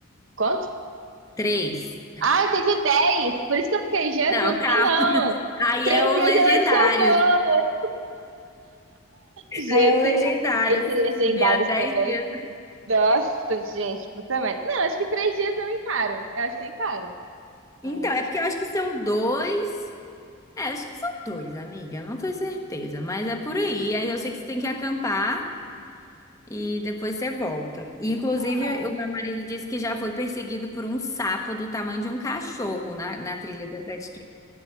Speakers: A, on the right; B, on the left.
A: quanto?
B: Três.
A: Ah, eu entendi 10, por isso que eu fiquei, Jesus.
B: Não, calma.
A: Ah, não!
B: <laughs> Aí
A: Três
B: é o
A: dias
B: legendário.
A: eu acho que eu vou. Gente,
B: Aí é o legendário.
A: esse legendários
B: Subir a 10
A: também.
B: dias.
A: Nossa, gente, puta merda. Não, acho que três dias eu encaro. Eu acho que eu encaro.
B: Então,
A: Ah,
B: é
A: acho...
B: porque eu acho que são dois. É, acho que são dois, amiga. Eu Não tenho certeza, mas é por aí. Aí eu sei que você tem que acampar e depois você volta. E, inclusive,
A: que-
B: o meu marido disse que já foi perseguido por um sapo do tamanho de um cachorro na, na trilha das Sete